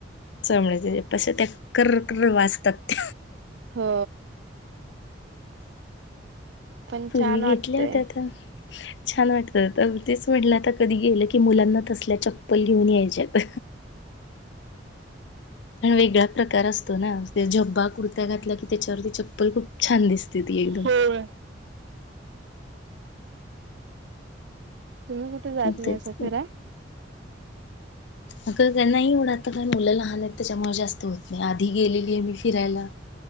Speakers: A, on the left; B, on the right.
A: चामड्याच्या असतात ताशा तर कर कर वाचतात
B: हो पण
A: पूर्वी
B: छान वाटतय
A: घेतल्या होत्या आता छान वाटत तर तेच म्हटलं आता कधी गेलं की मुलांना तसल्या चप्पल घिऊन यायच्यात आणिण वेगळा प्रकार असतो ना जब्बा कुर्ता्या घातला की त्याच्यावरती चप्पल खूप छान दिसते ती एकदम
B: होय तुम्ही कुठे जात नाही
A: तेच
B: फिराय <unintelligible>
A: अग त्यांना एवढं आता काय मुलं लहान आहेत त्याच्यामुळे जास्त होत नाही आधी गेलेली आहे मी फिरायला